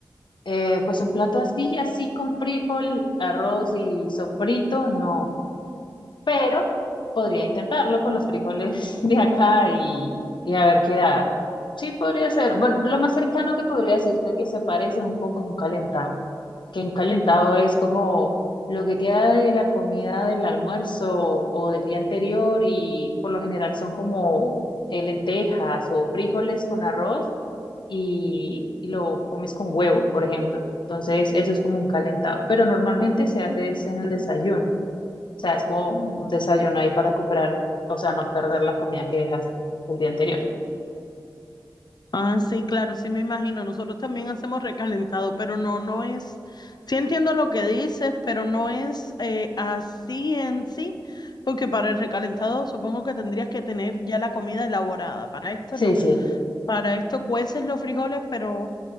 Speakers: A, on the left (about 70°); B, on the left (about 60°).
A: Eh, pues un plato así, así con frijol, arroz y sofrito, no. pero podría intentarlo con los frijoles <laughs> de acá y, y a ver qué da. Sí, podría ser. Bueno, lo más cercano que podría decirte que se parece un poco es un calentado, que un calentado es como lo que queda de la comida del almuerzo o del día anterior y por lo general son como eh, lentejas o frijoles con arroz y, y lo comes con huevo, por ejemplo. Entonces, eso es como un calentado, pero normalmente se hace es en el desayuno. O sea, es como un desayuno ahí para recuperar, o sea, no perder la comida que dejaste el día anterior.
B: Ah, sí, claro, sí me imagino. Nosotros también hacemos recalentado, pero no, no es, sí entiendo lo que dices, pero no es eh, así en sí, porque para el recalentado supongo que tendrías que tener ya la comida elaborada. Para esto
A: Sí,
B: no.
A: sí.
B: Para esto cueces los frijoles, pero,